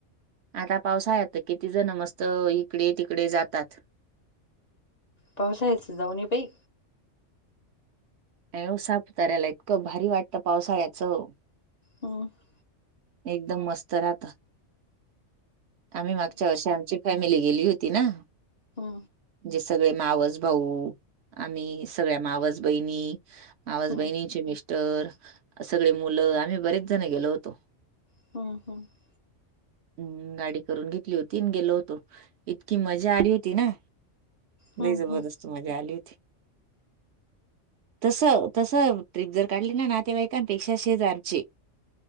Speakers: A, on the right; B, on the left.
A: आता पावसाळात तर किती जण मस्त इकडे- तिकडे जातात.
B: पावसाळाच जाऊ नई बाई.
A: नाही हो साताराला इतकं भारी वाटतं पावसाळ्याचं.
B: <unintelligible>
A: एकदम मस्त राहत. आम्ही मागच्या वर्षी आमची फॅमिली गेली होती ना.
B: हा
A: जे सगळे मावस भाऊ, आम्ही सगळ्या मावस बहिणी मावस
B: हम्म
A: बहिणींचे मिस्टर, सगळी मुलं आम्ही बरेच जण गेलो होतो.
B: <unintelligible>
A: <inaudible> हम्म गाडी करून घेतली होती आणि गेलो होतो. इतकी मजा आली होती ना,
B: हम्म
A: लई जबरदस्त मजा आली होती. तस, तस ट्रिप जर काढली ना नातेवाईकांपेक्षा शेजारचे